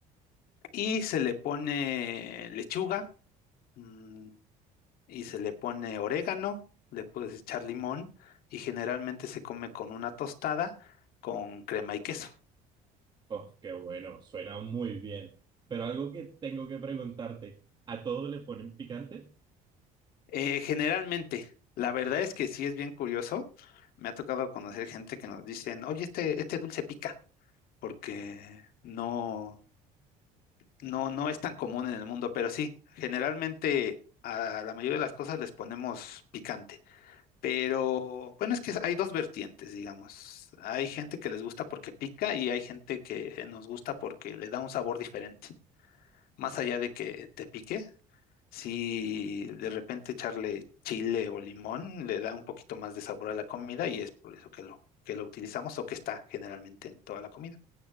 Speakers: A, on the left (about 70°); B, on the right (about 30°).
A: y se le pone lechuga. mm, y se le pone orégano, le puedes echar limón y generalmente se come con una tostada con crema y queso.
B: Oh, qué bueno, suena muy bien. Pero algo que tengo que preguntarte, ¿a todo le ponen picante?
A: Eh, generalmente, la verdad es que sí es bien curioso. Me ha tocado conocer gente que nos dicen, oye, este, este dulce pica, porque no, no, no es tan común en el mundo, pero sí, generalmente a la mayoría de las cosas les ponemos picante. Pero bueno, es que hay dos vertientes, digamos. Hay gente que les gusta porque pica y hay gente que nos gusta porque le da un sabor diferente. Más allá de que te pique, si de repente echarle chile o limón le da un poquito más de sabor a la comida y es por eso que lo, que lo utilizamos o que está generalmente en toda la comida.